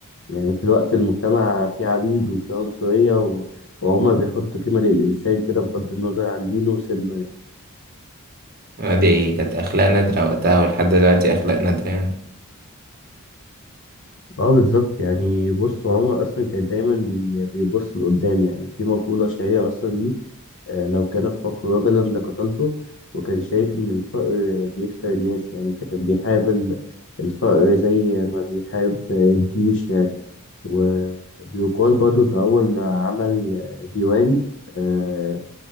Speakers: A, on the left; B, on the right.
A: يعني في الوقت المجتمع فيه عبيد وفيه عنصرية و- وعمر بيحط قيمة للإنسان كده بغض النظر عن دينه وسنه يعني.
B: آه، دي كانت اخلاق نادرة وقتها ولحد دلوقتي اخلاق نادرة يعني
A: اه بالظبط يعني بص عمر أصلا كان دايما بي- بيبص لقدام يعني في مقولة شهيرة أصلا ليه آه، لو كان الفقر رجلا لقتلته وكان شايف إن الفقر بيكسر الناس يعني فكان بيحارب ال- الفقر زي ما بيحارب الجيوش يعني وبيقال برضه إن أول ما عمل ديوان آه،